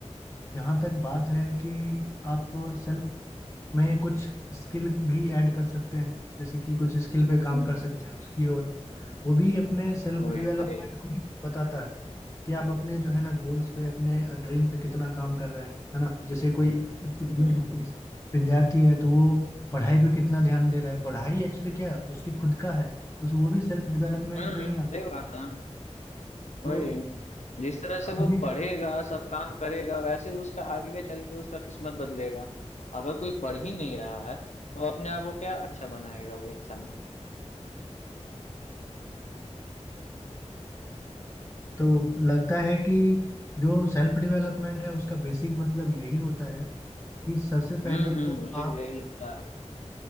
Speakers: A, on the left; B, on the left.
A: जहाँ तक बात है कि आप सेल्फ में कुछ स्किल भी ऐड कर सकते हैं जैसे कि कुछ स्किल पे काम
B: हम्म।
A: कर सकते हैं उसकी ओर वो भी अपने सेल्फ
B: वही
A: डेवलपमेंट
B: वही
A: को ही बताता है कि आप अपने जो है ना गोल्स पे अपने ड्रीम पे कितना काम कर रहे हैं है ना जैसे कोई स्टूडेंट
B: हम्म हम्म,
A: विद्यार्थी है तो वो पढ़ाई पे कितना ध्यान दे रहा है पढ़ाई एक्चुअली क्या है उसकी खुद का है उस वो भी सेल्फ डेवलपमेंट
B: हम्म,
A: में ही आता
B: सही
A: है।
B: बात है
A: तो
B: वही जिस तरह से
A: कहानी
B: वो पढ़ेगा सब काम करेगा वैसे उसका आगे के चल के उसका किस्मत बदलेगा अगर कोई पढ़ ही नहीं रहा है तो अपने आप को क्या अच्छा बनाएगा वो इंसान
A: तो लगता है कि जो सेल्फ डेवलपमेंट है उसका बेसिक मतलब यही होता है कि सबसे
B: हम्म
A: पहले
B: हम्म
A: तो
B: मुझे भी
A: आप
B: यही लगता है